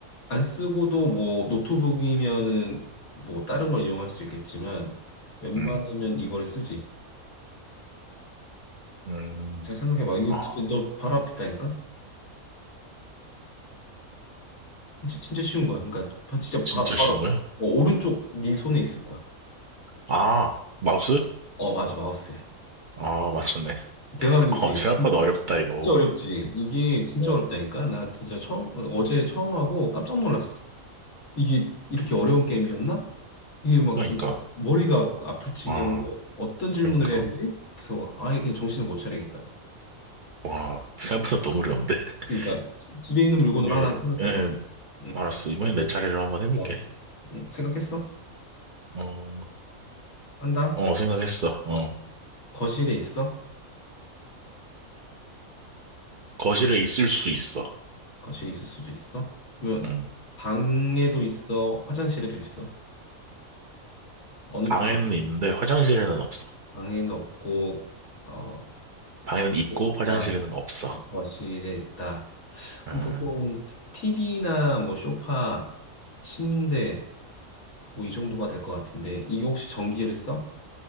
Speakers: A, on the left (about 90°); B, on the right (about 55°).
A: 안 쓰고도 뭐 노트북이면은 뭐 다른 걸 이용할 수 있겠지만 웬만하면
B: 음,
A: 이걸 쓰지.
B: 음,
A: 잘 생각해봐. 이거
B: 아,
A: 진짜 너 바로 앞 있다니까 진짜, 진짜 쉬운 거야. 그러니까 바- 진짜
B: 진짜
A: 바, 바로
B: 쉬운 거야?
A: 앞. 어, 오른쪽 네 손에 있을 거야.
B: 아, 마우스?
A: 어, 맞아. 마우스야.
B: 아, 맞췄네. <laughs>
A: 대박이지.
B: 어, 생각보다 어렵다, 이거.
A: 진짜 어렵지. 이게 진짜
B: 어,
A: 어렵다니까? 나 진짜 처음, 어, 어제 처음 하고 깜짝 놀랐어. 이게 이렇게 어려운 게임이었나? 이게 막
B: 그러니까.
A: 진짜 머리가 막 아플 지경으로
B: 아,
A: 어떤 질문을
B: 그러니까.
A: 해야 되지? 그래서 아예 그냥 정신을 못 차리겠다.
B: 와, 생각보다 너무 어려운데? <laughs>
A: 그러니까 지- 집에 있는 물건으로
B: 이게,
A: 하나 생각해봐.
B: 예,
A: 응.
B: 알았어. 이번엔 내 차례를 한번 해볼게.
A: 어. 응. 생각했어?
B: 어,
A: 한다?
B: 어, 생각했어. 어,
A: 어. 거실에 있어?
B: 거실에 있을 수 있어.
A: 거실에 있을 수도 있어? 그러면
B: 응.
A: 방에도 있어? 화장실에도 있어? 어느
B: 방에는
A: 쪽에 있어?
B: 있는데 화장실에는 없어.
A: 방에는 없고 어
B: 방에는 있고
A: 있다.
B: 화장실에는 없어.
A: 거- 거실에 있다. 그럼
B: 음,
A: 보통 TV나 뭐 소파, 침대 뭐 이 정도가 될 것 같은데 이게 혹시 전기를 써?